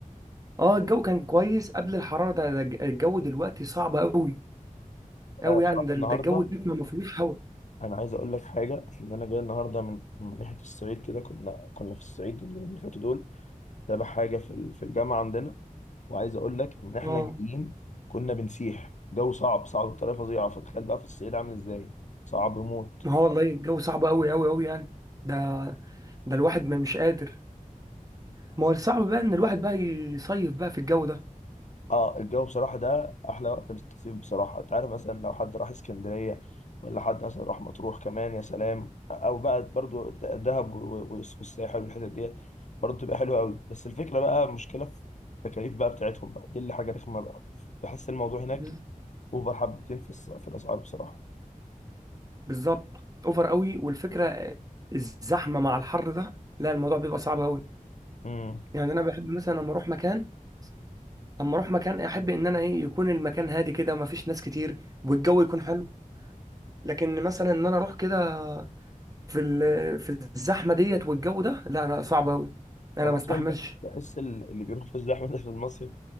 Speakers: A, on the right; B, on the left.
A: اه الجو كان كويس قبل الحراره ده, ده الج- الجو دلوقتي صعب قوي قوي
B: انا بصراحه
A: يعني ده ده
B: النهارده
A: الجو كده ما فيهوش هوا
B: انا عايز اقول لك حاجه ان انا جاي النهارده من من ناحيه الصعيد كده كنا كنا في الصعيد اليومين اللي فاتوا دول تابع حاجه في ال- في الجامعه عندنا وعايز اقول لك ان احنا
A: اه
B: جايين كنا بنسيح جو صعب صعب بطريقه فظيعه فتخيل بقى في الصعيد عامل ازاي صعب موت
A: ما هو والله الجو صعب قوي قوي قوي يعني ده ده الواحد ما مش قادر ما هو الصعب بقى ان الواحد بقى يصيف بقى في الجو
B: اه الجو بصراحه ده احلى وقت للتصيف بصراحه انت عارف مثلا لو حد راح اسكندريه ولا حد مثلا راح مطروح كمان يا سلام او بقى برضو د- دهب و- و- والساحل والحتت ديت برضو تبقى حلوه قوي بس الفكره بقى مشكله في التكاليف بقى بتاعتهم بقى دي اللي حاجه رخمه بقى بحس الموضوع هناك
A: ده
B: اوفر حبتين في الس- في الاسعار بصراحه
A: بالظبط اوفر قوي والفكره آه، الزحمه مع الحر ده لا الموضوع بيبقى صعب قوي
B: امم
A: يعني انا بحب مثلا لما اروح مكان اما اروح مكان احب ان انا ايه يكون المكان هادي كده وما فيش ناس كتير والجو يكون حلو لكن مثلا ان انا اروح كده في ال- في الزحمه ديت والجو ده لا لا صعب قوي انا
B: انا
A: ما استحملش
B: اصلا ب- بحس ال- اللي بيروح في الزحمه ده في المصيف